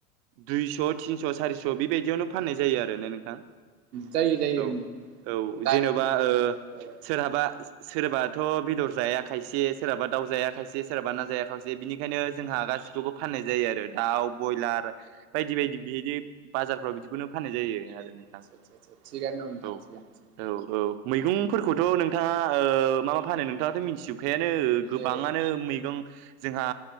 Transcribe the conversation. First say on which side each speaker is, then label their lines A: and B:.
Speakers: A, on the right; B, on the right.
A: दुइस' थिनस' सारिस' बेबायदियावनो फाननाय जायो आरो। नोंथां
B: जायो जायो
A: औ
B: ओं
A: औ
B: दानि
A: जेन'बा ओ
B: ओ
A: सोरहाबा सोरबाथ' बेदर जाया खायसे सोरहाबा दाउ जाय खायसे सोरहाबा ना जाया खायसे बिनिखायनो जोंहा गा गासिखौबो फाननाय जायो आरो। दाउ बयलार बायदि बायदि बिदि बाजारफ्राव बिदिखौनो फाननाय जायो आरो। नोंथां
B: आसा आसा थिगानो दं
A: औ
B: नोंथां।
A: औ औ मैगंफोरखौथ' नोंथाङा ओ मा मा फानो नोंथाङाथ' मिथिजोब फायानो गोबाङानो
B: ए
A: मैगं जोंहा